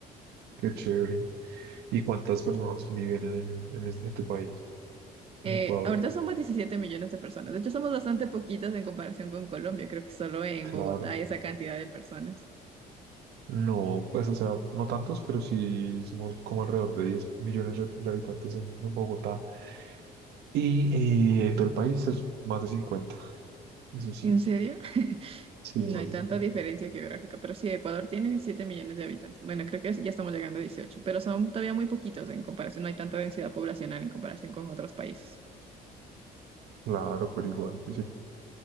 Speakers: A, on the right; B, on the right.
A: Qué chévere. ¿Y cuántas personas viven en, en, este- en tu país,
B: Eh,
A: en Ecuador?
B: ahorita somos 17 millones de personas. De hecho, somos bastante poquitas en comparación con Colombia. Creo que solo en
A: Claro.
B: Bogotá hay esa cantidad de personas.
A: No, pues, o sea, no tantos, pero sí somos como alrededor de 10 millones de de habitantes en, en Bogotá. Y eh, en todo el país es más de cincuenta eso sí.
B: ¿En serio?
A: Sí,
B: Y no
A: más
B: hay
A: de
B: tanta
A: cincuenta
B: diferencia geográfica, pero sí, Ecuador tiene 17 millones de habitantes. Bueno, creo que ya estamos llegando a 18, pero son todavía muy poquitos en comparación. No hay tanta densidad poblacional en comparación con otros países.
A: Claro, pero igual, dieciocho